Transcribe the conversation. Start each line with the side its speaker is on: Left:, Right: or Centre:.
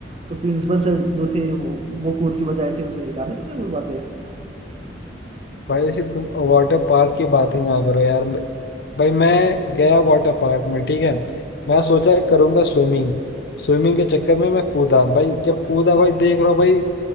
Right: तो प्रिंसिपल सर जो थे वो वो कूद के बचाए थे उसे याद है तुम्हें वो बातें
Left: भाई तुम वाटर पार्क की बात ही ना करो यार मैं- भाई मैं गया वाटर पार्क में ठीक है मैं सोचा करूंगा स्विमिंग स्विमिंग के चक्कर में मैं कूदा भाई जब कूदा भाई देख रहा हूँ भाई